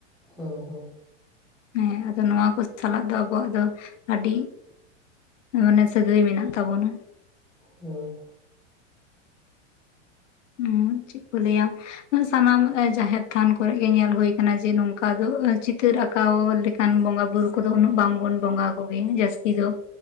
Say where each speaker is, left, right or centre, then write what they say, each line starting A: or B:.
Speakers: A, in the centre; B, on the left.
A: ᱦᱮᱸ ᱦᱮᱸ᱾
B: ᱦᱮᱸ ᱟᱫᱚ ᱱᱚᱣᱟ ᱠᱚ ᱥᱟᱞᱟᱜ ᱫᱚ ᱟᱵᱚᱣᱟᱜ ᱫᱚ ᱟᱹᱰᱤ ᱢᱟᱱᱮ ᱥᱟᱹᱜᱟᱹᱭ ᱢᱮᱱᱟᱜ ᱛᱟᱵᱚᱱᱟ᱾
A: ᱦᱮᱸ᱾
B: ᱦᱩᱸ ᱪᱮᱫ ᱠᱚ ᱞᱟᱹᱭᱟ? ᱥᱟᱱᱟᱢ ᱡᱟᱦᱮᱨ ᱛᱷᱟᱱ ᱠᱚᱨᱮᱫ ᱜᱮ ᱧᱮᱞ ᱦᱳᱭ ᱠᱟᱱᱟ ᱡᱮ ᱱᱚᱝᱠᱟ ᱫᱚ ᱪᱤᱛᱟᱹᱨ ᱟ ᱠᱟᱣ ᱞᱮᱠᱟᱱ ᱵᱚᱸᱜᱟ ᱵᱩᱨᱩ ᱠᱚᱫᱚ ᱩᱱᱟᱹᱜ ᱵᱟᱝ ᱵᱚᱱ ᱵᱚᱸᱜᱟ ᱟᱠᱚ ᱜᱮᱭᱟ ᱡᱟᱹᱥᱛᱤ ᱫᱚ᱾